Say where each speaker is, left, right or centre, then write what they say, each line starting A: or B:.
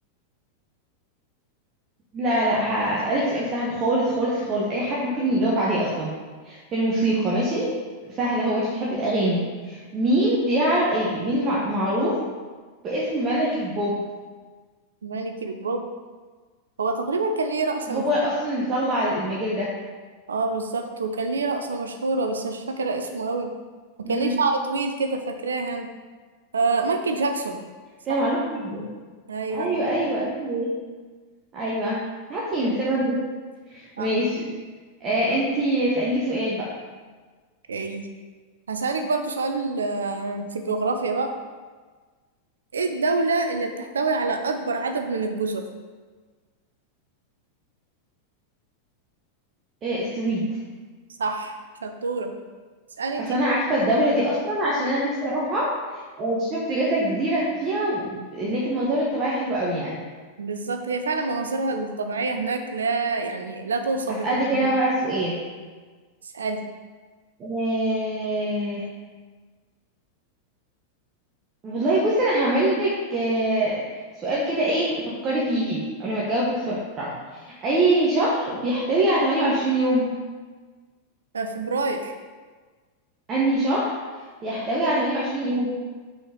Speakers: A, on the right (about 30°); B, on the right (about 70°).
A: لا لا هسألك سؤال سهل خالص خالص خالص اي حد ممكن يجاوب عليه اصلا في الموسيقى ماشي سهله هو انت بتحبي الاغاني مين بيعرف ايه مين مع- معروف باسم ملك البوب
B: ملك البوب هو تقريبا كان ليه رقصة
A: هو
B: مشهورة
A: اصلا اللي طلع المجال
B: اه بالظبط وكان ليه رقصة مشهورة بس مش فاكرة اسمه قوي وكان
A: ده
B: ليه شعر طويل كده فاكراها آه مايكل جاكسون صح
A: ده معروف جدا
B: ايوه
A: ايوه ايوه اسمه ايه ايوه حد ينسى برضه
B: صح
A: ماشي آه انتي اسأليني سؤال بقى
B: اوكي هسألك برضو سؤال آه، في الجغرافيا بقى ايه الدولة اللي بتحتوي على أكبر عدد من الجزر؟
A: آه السويد
B: صح شطورة اسألي انتي
A: اصل انا
B: بقى.
A: عارفه الدوله دي اصلا عشان انا نفسي اروحها آه شفت كذا جزيره فيها و- هناك المناظر الطبيعيه حلوه قوي يعني
B: بالظبط هي فعلا مناظرها الطبيعية هناك لا يعني لا توصف
A: هسألك
B: بجد
A: انا
B: بجد
A: بقى سؤال
B: اسألي
A: آه والله بصي انا هعمل لك آه سؤال كده ايه فكري فيه قبل ما تجاوبي بسرعه اي شهر بيحتوي على 28 يوم
B: آه، فبراير
A: انهي شهر بيحتوي على 28 يوم